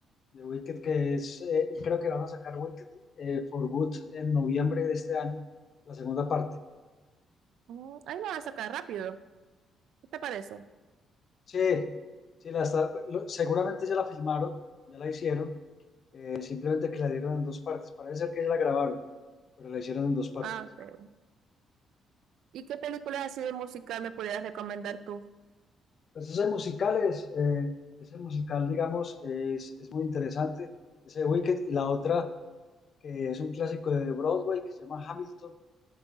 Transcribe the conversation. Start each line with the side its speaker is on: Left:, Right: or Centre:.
Left: de Wicked, que es, eh, creo que van a sacar Wicked eh, for Good en noviembre de este año, la segunda parte.
Right: mm, ahí la vas a sacar rápido. ¿Qué te parece?
Left: Sí, sí, la está- lo- seguramente ya la filmaron, ya la hicieron, eh, simplemente que la dieron en dos partes. Parece ser que ya la grabaron, pero la hicieron en dos partes.
Right: Ah, ok. ¿Y qué películas así de musical me pudieras recomendar tú?
Left: Entonces el musical es, eh, ese musical, digamos, es, es muy interesante, ese de Wicked, y la otra que es un clásico de Broadway que se llama Hamilton